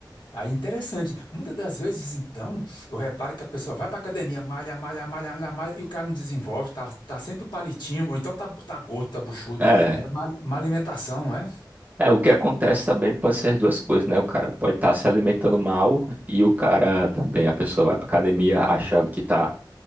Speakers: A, on the left; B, on the right.
A: Aí, interessante. Muitas das vezes, então, eu reparo que a pessoa vai para academia, malha, malha, malha, malha, malha, e o cara não desenvolve, tá, tá sempre o palitinho, ou então tá, tá gordo, tá buchudo.
B: É.
A: É má, má alimentação, não é?
B: É, o que acontece também pode ser as duas coisas, né? O cara pode estar se alimentando mal e o cara também, a pessoa vai pra academia achando que tá